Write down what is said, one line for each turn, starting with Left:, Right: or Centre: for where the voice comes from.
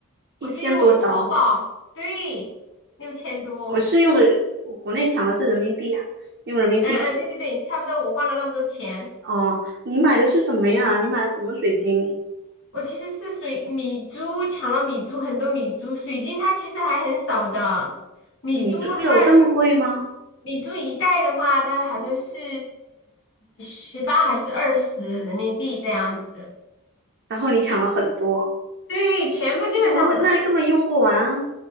Right: 一千多刀，
Left: 我是用淘宝，对，六千多，
Right: 我是用的我国内抢的是人民币啊，用人民币付。
Left: 嗯嗯，对对对，差不多我花了那么多钱。
Right: 哦，你买的是什么呀？你买的什么水晶？
Left: 我其实是水米珠抢了米珠很多米珠，水晶它其实还很少的，米珠它
Right: 米珠有这么贵吗？
Left: 米珠一袋的话，它好像是十八还是二十人民币这样子。
Right: 然后你抢了很多，
Left: 对，全部基本上我不知道这
Right: 你怎么会？那根本用不完啊！